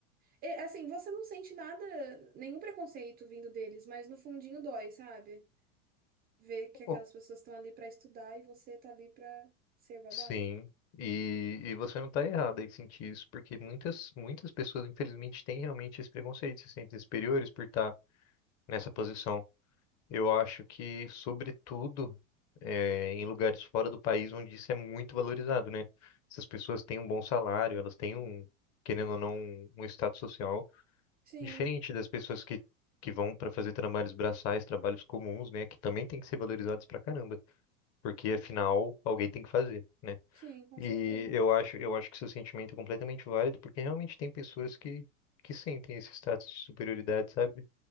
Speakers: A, on the right; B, on the left.
A: E, assim, você não sente nada, nenhum preconceito vindo deles, mas no fundinho dói, sabe? Ver que aquelas
B: Oh,
A: pessoas estão ali para estudar e você tá ali para ser babá.
B: Sim, e, e você não está errada em sentir isso, porque muitas, muitas pessoas, infelizmente, têm realmente esse preconceito, se sentem superiores por estar nessa posição Eu acho que, sobretudo, eh, em lugares fora do país onde isso é muito valorizado, né? Essas pessoas têm um bom salário, elas têm um, querendo ou não, um status social
A: Sim,
B: diferente das pessoas que, que vão para fazer trabalhos braçais, trabalhos comuns, né? Que também tem que ser valorizados pra caramba, porque afinal alguém tem que fazer, né?
A: sim, com
B: E
A: certeza.
B: eu acho, eu acho que seu sentimento é completamente válido, porque realmente tem pessoas que, que sentem esse status de superioridade, sabe?